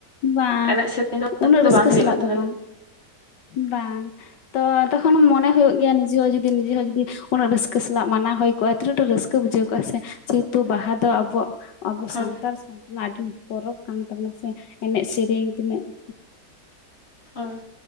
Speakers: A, on the left (about 80°); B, on the left (about 35°).
A: ᱵᱟᱝ
B: ᱮᱱᱮᱡ ᱥᱮᱨᱮᱧ ᱫᱚ
A: ᱩᱱᱟᱹᱜ
B: ᱫᱚ
A: ᱨᱟᱹᱥᱠᱟᱹ
B: ᱵᱟᱝ ᱦᱩᱭᱩᱜᱼᱟ
A: ᱥᱟᱞᱟᱜ ᱫᱚ
B: ᱛᱟᱦᱚᱞᱮ
A: ᱵᱟᱝ, ᱵᱟᱝ᱾ ᱛᱚ ᱛᱚᱠᱷᱚᱱ ᱢᱚᱱᱮ ᱦᱩᱭᱩᱜ ᱜᱮᱭᱟ ᱱᱤᱡᱮ ᱦᱚᱸ ᱡᱩᱫᱤ ᱱᱤᱡᱮ ᱦᱚᱸ ᱡᱩᱫᱤᱼᱼ ᱩᱱᱟᱹᱜ ᱨᱟᱹᱥᱠᱟᱹ ᱥᱟᱞᱟᱜ ᱢᱟᱱᱟᱣ ᱦᱩᱭ ᱠᱚᱜ-ᱟ ᱛᱤᱱᱟᱹᱜ ᱨᱟᱹᱥᱠᱟᱹ ᱵᱩᱡᱷᱟᱹᱣ ᱠᱚᱜ-ᱟ ᱦᱮᱸ ᱥᱮ ᱡᱮ ᱦᱮᱛᱩ ᱵᱟᱦᱟ ᱫᱚ ᱟᱵᱚᱣᱟᱜᱼᱼ ᱟᱵᱚ
B: ᱦᱳᱭ
A: ᱥᱟᱱᱛᱟᱲ ᱥᱟᱶᱛᱟ ᱨᱮᱱᱟᱜ ᱟᱹᱰᱤ ᱯᱚᱨᱚᱵᱽ ᱠᱟᱱ ᱛᱟᱵᱚᱱᱟ ᱥᱮ ᱮᱱᱮᱡ ᱥᱮᱨᱮᱧ ᱛᱤᱱᱟᱹᱜ ᱩᱸᱼᱼ
B: ᱚᱸᱻ᱾